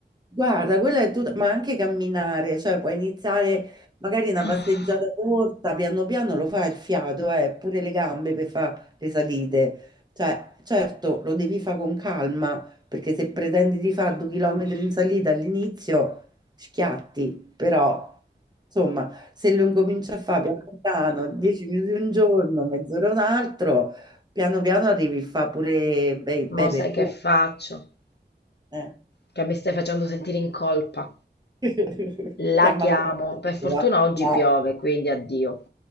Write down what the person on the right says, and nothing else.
Guarda, quella è tutta, ma anche camminare, cioè puoi iniziare magari una
passeggiata corta, piano piano lo fa il fiato, eh, pure le gambe per fare le salite. Cioè, certo, lo devi fare con calma, perché se pretendi di fare due chilometri in salita all'inizio, schiatti, però, insomma, se lo incominci a fare piano piano, 10 minuti un giorno, mezz'ora un altro, piano piano arrivi a fare pure bei, bei
percorsi.
eh.
<laughs>
Chiama
la cattiva,
dai.